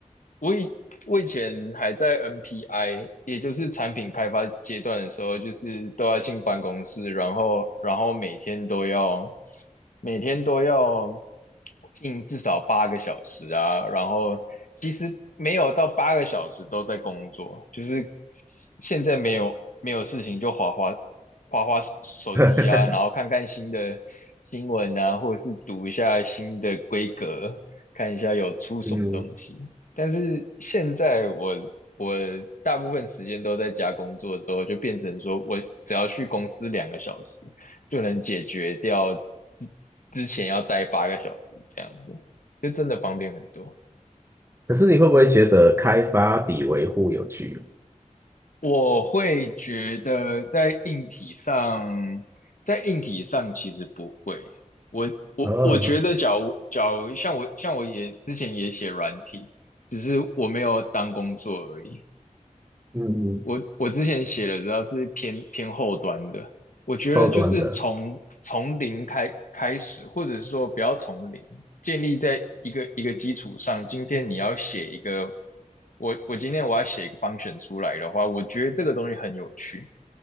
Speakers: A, on the left; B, on the right.
A: 我以我以前还在 NPI，也就是产品开发阶段的时候，就是都要进办公室，然后然后每天都要每天都要进至少八个小时啊，然后其实没有到八个小时都在工作，就是。现在没有没有事情就划划划划手手机啊，
B: <laughs>
A: 然后看看新的新闻啊，或者是读一下新的规格，看一下有出什么东西。
B: 嗯，
A: 但是现在我我大部分时间都在家工作之后，就变成说我只要去公司两个小时，就能解决掉之之前要待八个小时这样子，就真的方便很多。
B: 可是你会不会觉得开发比维护有趣？
A: 我会觉得在硬体上，在硬体上其实不会。我我我觉得假如，
B: 哦，
A: 假如像我像我也之前也写软体，只是我没有当工作而已。
B: 嗯，
A: 我我之前写的主要是偏偏后端的，我觉得就是从从零开开始，
B: 后端的，
A: 或者是说不要从零，建立在一个一个基础上。今天你要写一个，我我今天我要写一个 function 出来的话，我觉得这个东西很有趣。